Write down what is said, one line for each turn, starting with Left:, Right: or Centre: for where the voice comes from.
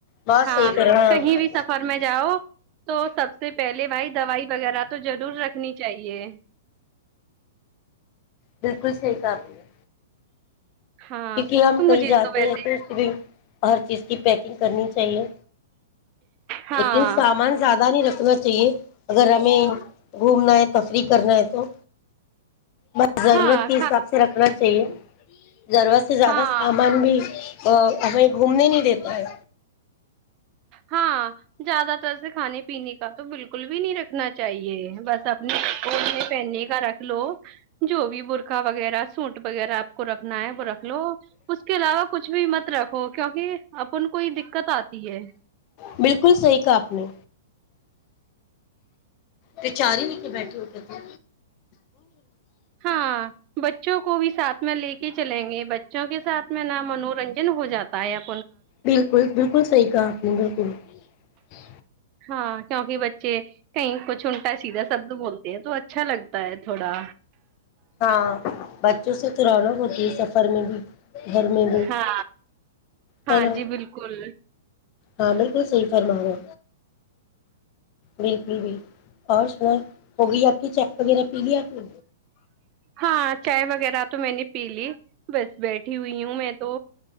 Left: بہت
Right: ہاں
Left: صحیح کر رہے ہاں
Right: کہیں بھی سفر میں جاؤ تو سب سے پہلے بھائی دوائی وغیرہ تو ضرور رکھنی چاہیے
Left: بالکل صحیح کاابل ہے
Right: ہاں
Left: کیونکہ ہم
Right: تو مجھے
Left: کہیں جاتے
Right: تو ویسے
Left: ہیں پ سگ ہر چیز کی پیکنگ کرنی چاہیے
Right: ہاں
Left: لیکن سامان زیادہ نہیں رکھنا چاہیے اگر آپ م <unintelligible> گھومنا ہے تفریح کرنا ہے تو بس ضرورت
Right: ہاں
Left: کے حساب سے رکھنا چی ضرورت سے زیادہ
Right: ہاں
Left: سامان بھی ہمیں گھومنے نہیں دیتا ہے
Right: ہاں زیادہ تر سے کھانے پینے کا تو بالکل بھی نہیں رکھنا چاہیے بس اپنے آپو اپنے پہنے کا رکھ لو جو بھی بر کا وغیرہ سوٹ وغیرہ کو رکھنا ہے وہ رکھ لو اس کے علاوہ کچھ بھی مت رکھو کیونکہ اپن کوئی دقت آتی ہے
Left: بالکل صحیح کہ آپ نے ب چار ہی ل کے بیٹھے ہوتے تھے
Right: ہاں بچوں کو بھی ساتھ میں لے کے چلیں گے بچوں کے ساتھ میں نہ منورنجن ہو جاتا ہے ا
Left: بالکل بالکل صحیح کہا آپ نے بالکل ہاں
Right: ہاں کیونکہ بچے کہیں کچھ انٹا سیدھا شبد بولتے ہیں تو اچھا لگتا ہے تھوڑا
Left: ہاں بچوں سے تو رونق ہوتی ہے سفر میں بھی گھر میں بھی
Right: ہاں ہاں
Left: ن
Right: جی بالکل
Left: ہاں بالکل صحیح فرما ہوا بالکل بھی اور سنا وہ بھی آ ہچا وغیرہ پی لیا اپ نے
Right: ہاں چائے وغیرہ تو میں نے پی لی بس بیٹھی ہوئی ہوں میں تو